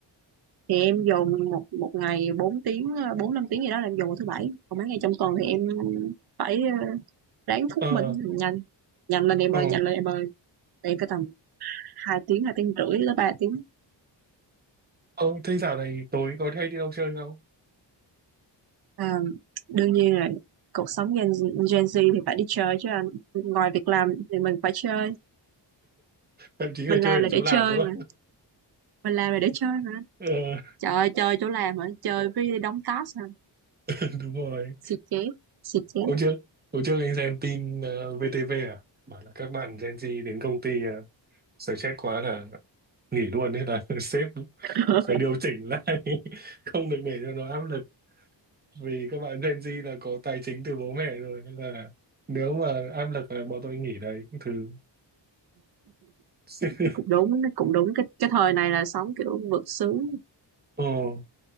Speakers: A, on the right; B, on the right.
A: thì em dồn một một ngày 4 tiếng ờ, bốn năm tiếng gì đó là em dồn vào thứ bảy còn mấy ngày trong tuần thì em phải ờ, ráng thúc
B: ờ
A: mình nhanh nhanh lên em
B: ờ
A: ơi nhanh lên em ơi Tại em phải tầm hai tiếng hai tiếng rưỡi tới ba tiếng
B: ờ thế dạo này tối có hay đi đâu chơi không
A: à, đương nhiên rồi cuộc sống Gen, Gen Z thì phải đi chơi chứ anh ngoài việc làm thì mình phải chơi
B: thậm chí là
A: mình làm
B: chơi ở
A: là
B: chỗ
A: để
B: làm
A: chơi
B: nữa
A: mà mình làm là để chơi mà
B: ờ
A: trời ơi, chơi chỗ làm hả chơi với đóng task hả
B: <laughs> đúng rồi
A: xì chét xì chét
B: hôm trước hôm trước anh xem tin ờ, VTV à bảo là các bạn Gen Z đến công ty uh, stress quá là nghỉ luôn thế là <laughs> sếp
A: <laughs>
B: phải điều chỉnh lại <laughs> không được để cho nó áp lực vì các bạn Gen Z là có tài chính từ bố mẹ rồi nên là nếu mà áp lực là bọn tôi nghỉ đấy thứ <laughs>
A: cũng đúng cũng đúng cái cái thời này là sống kiểu vượt sướng
B: ồ